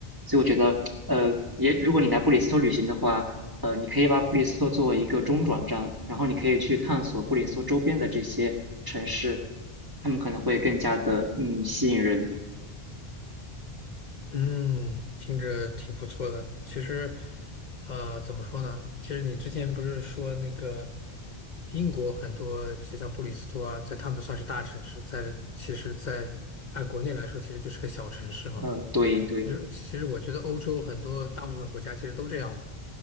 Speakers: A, on the right; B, on the left.
A: 所以我觉得，呃，也如果你来布里斯托旅行的话，呃，你可以把布里斯托作为一个中转站，然后你可以去探索布里斯托周边的这些城市，他们可能会更加的嗯吸引人。
B: 嗯，听着挺不错的。其实，呃，怎么说呢？其实你之前不是说那个英国很多，就像布里斯托啊，在他们算是大城市，在其实在按国内来说，其实就是个小城市嘛。
A: 嗯，对对，
B: 其实，其实我觉得欧洲很多大部分国家其实都这样嘛。